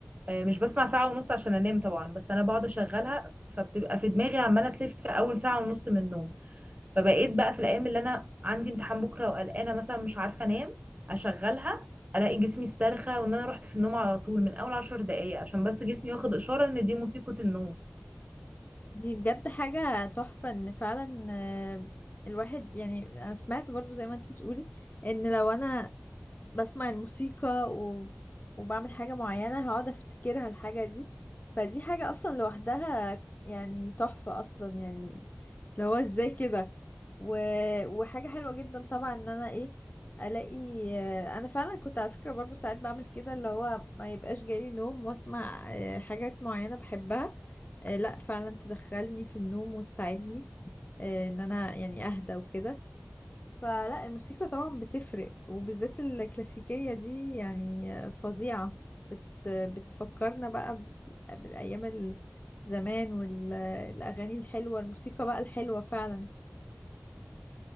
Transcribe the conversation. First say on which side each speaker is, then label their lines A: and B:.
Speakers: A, on the right; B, on the left.
A: آه، مش بسمع ساعة ونص عشان انام طبعا بس انا بقعد اشغلها فبتبقى في دماغي عمالة تلف اول ساعة ونص من النوم فبقيت بقى في الايام اللي انا عندي امتحان بكره وقلقانه مثلا مش عارفه انام اشغلها الاقي جسمي استرخى وان انا رحت في النوم على طول من اول عشر دقايق عشان بس جسمي واخد اشاره ان دي موسيقى النوم
B: دي بجد حاجة تحفة ان فعلا آه، الواحد يعني انا سمعت برضو زي ما انت بتقولي ان لو انا بسمع الموسيقى و... وبعمل حاجة معينة هقعد افتكرها الحاجة دي فدي حاجة اصلا لوحدها يعني تحفة اصلا يعني اللي هو ازاي كده و... وحاجة حلوة جدا طبعا ان انا ايه الاقي آه، انا فعلا كنت على فكرة برضو ساعات بعمل كده اللي هو ما يبقاش جالي نوم واسمع آه، حاجات معينة بحبها آه، لا فعلا تدخلني في النوم وتساعدني آه، ان انا يعني اهدى وكده فلا الموسيقى طبعا بتفرق وبالذات الكلاسيكية دي يعني فظيعة بت بتفكرنا بقى ب- بالأيام ال- زمان والأغاني الحلوة الموسيقى بقى الحلوة فعلا